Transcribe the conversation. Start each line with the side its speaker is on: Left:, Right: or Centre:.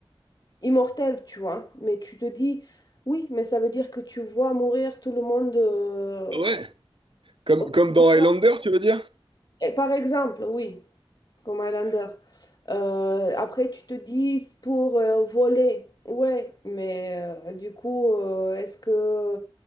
Left: immortel, tu vois, mais tu te dis, oui, mais ça veut dire que tu vois mourir tout le monde. euh,
Right: Ouais. Comme,
Left: autour
Right: comme dans
Left: de-
Right: Highlander, tu veux dire?
Left: Et par exemple, oui, comme Highlander. Euh, après, tu te dis, pour euh, voler, ouais, mais euh, du coup, euh, est-ce que...